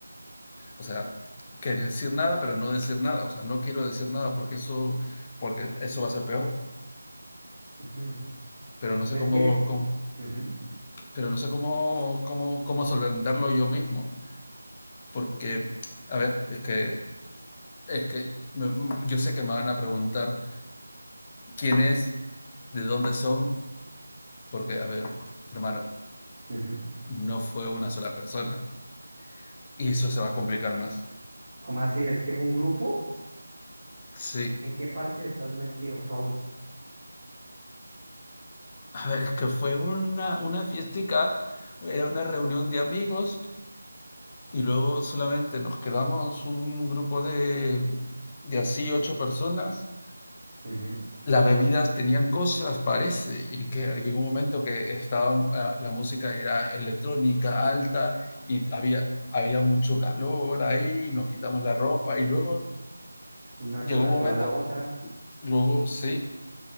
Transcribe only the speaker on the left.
O sea, querer decir nada, pero no decir nada. O sea, no quiero decir nada porque eso, porque eso va a ser peor.
Pero no
sé cómo,
cómo
pero no sé cómo, cómo, cómo solventarlo yo mismo. Porque, a ver, es que, es que mm, yo sé que me van a preguntar quién es, de dónde son, porque, a ver, hermano,
no fue una sola persona. Y eso se va a complicar más.
Sí.
A ver, es que fue una, una fiestica, era una reunión de amigos Y luego solamente nos quedamos un grupo de, de así ocho personas.
Las bebidas tenían cosas, parece, y que llegó un momento que estaba ah, la música era electrónica alta y había, había mucho calor ahí, nos quitamos la ropa y luego
llegó
un momento,
luego sí,